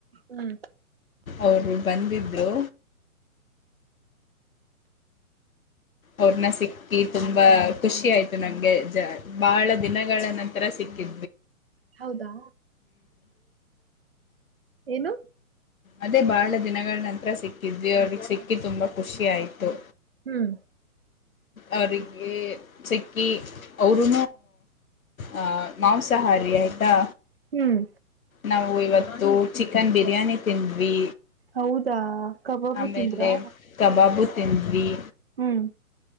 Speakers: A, on the right; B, on the left.
A: ಹ್ಮ್
B: ಅವರು ಬಂದಿದ್ರು
A: <unintelligible>
B: ಅವ್ರನ ಸಿಕ್ಕಿ ತುಂಬಾ ಖುಷಿ ಆಯ್ತು ನಂಗೆ ಜ ಬಹಳ ದಿನಗಳ ನಂತ ಥರ ಸಿಕ್ಕಿ್
A: ಹೌದಾ ಏನು
B: ಅದೇ ಬಹಳ ದಿನಗಳ ನಂತರ ಸಿಕ್ಕಿದ್ವಿ ಅವ್ರಿಗೆ ಸಿಕ್ಕಿ ತುಂಬಾ ಖುಷಿ ಆಾಯ್ತು
A: ಹ್ಮ್
B: ಅವರಿಗೆ ಸಿಕ್ಕಿ ಅವ್ರೂ ಆ ಮಾಂಸಾಹಾರಿ ಆಯತಾ
A: ಹ್ಮ್
B: ನಾವು ಇವತ್ತು ಚಿಕನ್ ಬಿರಿಯಾನಿ ತಿಂದ್ವಿ
A: ಹೌದಾ ಕಬಾಬು
B: ಆಮೇಲೆ
A: ತಿಂದ್ರಾ
B: ಕಬಾಬು ತಿಂದ್ವಿ
A: ಹ್ಮ್